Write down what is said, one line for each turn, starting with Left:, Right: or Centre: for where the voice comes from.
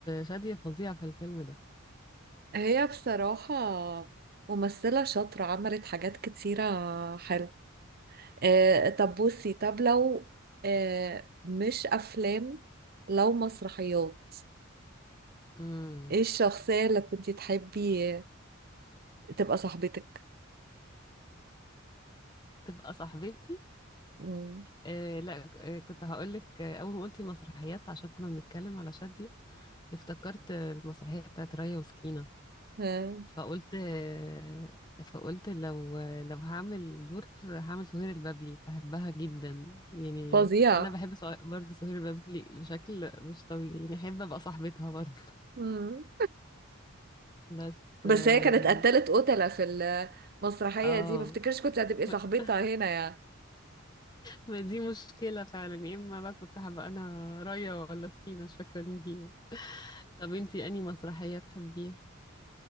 Left: شادية فظيعه في الفيلم ده
Right: هي بصراحة ممثلة شاطرة عملت حاجات كتيرة حلوة آه طب بصي طب لو آه مش أفلام لو مسرحيات
Left: امم
Right: ايه الشخصية اللي كنتي تحبي تبقى صاحبتك
Left: تبقى صاحبتي
Right: مم.
Left: آه لا آه كنت هقولك آه أول ما قلتي مسرحيات عشان كنا بنتكلم على شادية افتكرت آه، المسرحية بتاعت ريا وسكينة
Right: آه،
Left: فقلت آه فقلت لو آه لو هعمل دور هعمل سهير البابلي بحبها جدا يعني
Right: فظيعة
Left: أنا بحب سه- برضه سهير البابلي بشكل مش طبيعي يعني أحب أبقى صاحبتها برضه
Right: مم.
Left: بس
Right: بس
Left: آم،
Right: هي كانت قتلت قتلة في المسرحية
Left: اه
Right: دي ما افتكرش كنت هتبقي
Left: <laughs>
Right: صاحبتها هنا يعني
Left: ما دي مشكلة فعلا يا اما بقى كنت هبقى انا رايا ولا سكينة مش فاكرة مين فيهم طب انتي انهي مسرحية تحبيها